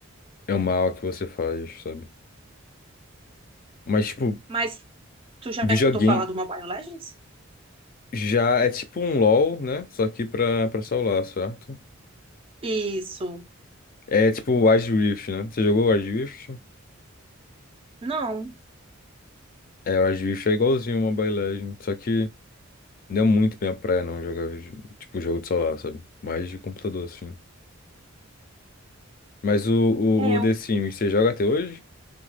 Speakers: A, on the left; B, on the right.
A: amar o que você faz, sabe? Mas, tipo,
B: Mas tu já
A: videogame
B: escutou falar do Mobile Legends?
A: já é tipo um LoL, né? Só que pra, pra celular, certo?
B: Isso.
A: É tipo o Wild Rift, né? Você jogou o Wild Rift?
B: Não.
A: É, o Wild Rift é igualzinho uma Mobile Legends, só que não é muito minha praia não jogar, vide- tipo, jogo de celular, sabe? Mais de computador, assim. Mas o, o,
B: É,
A: o The Sims, você joga até hoje?